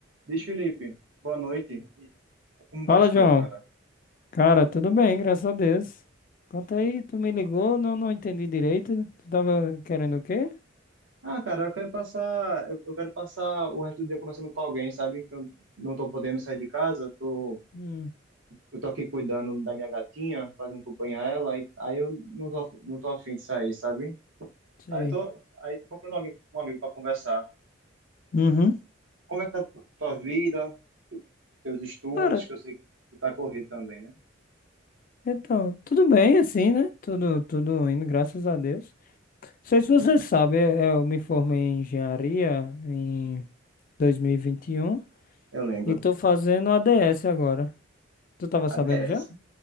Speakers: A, on the right; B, on the left.
A: Diz, Felipe, boa noite. Como vão
B: Fala,
A: as coisas,
B: João.
A: cara?
B: Cara, tudo bem, graças a Deus. Conta aí, tu me ligou, não, não entendi direito. Tu tava querendo o quê?
A: Ah, cara, eu quero passar, eu, eu quero passar o resto do dia conversando com alguém, sabe? Que eu não tô podendo sair de casa, tô,
B: Hum,
A: eu tô aqui cuidando da minha gatinha, fazendo companhia a ela, aí, aí eu não tô, af- não tô afim de sair, sabe?
B: sei.
A: Aí eu tô, aí tô procurando alguém, um amigo para conversar.
B: Uhum.
A: Como é que tá tua vida, teus estudos,
B: Cara,
A: que eu sei que tu tá corrido também, né?
B: então, tudo bem assim, né? Tudo, tudo indo, graças a Deus. Não sei se você sabe, eh, eu me formei em engenharia em 2021 e vinte e
A: Eu lembro.
B: um e tô fazendo ADS agora. Tu tava sabendo
A: ADS.
B: já?